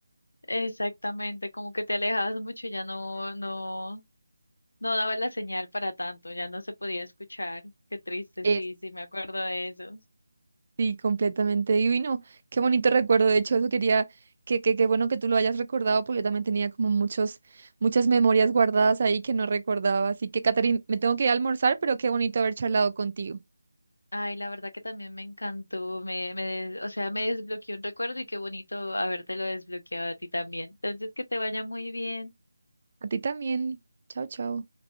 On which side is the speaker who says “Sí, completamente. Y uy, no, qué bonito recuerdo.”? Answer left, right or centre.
Right